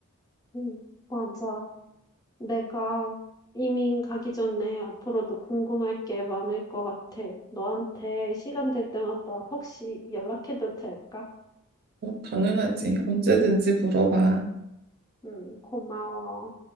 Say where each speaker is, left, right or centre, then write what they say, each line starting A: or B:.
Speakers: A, on the left; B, on the right.
A: 음, 맞아. 내가 이민 가기 전에 앞으로도 궁금할 게 많을 것 같아. 너한테 시간 될 때마다 혹시 연락해도 될까?
B: 어, 당연하지. 언제든지 물어봐.
A: 음, 고마워.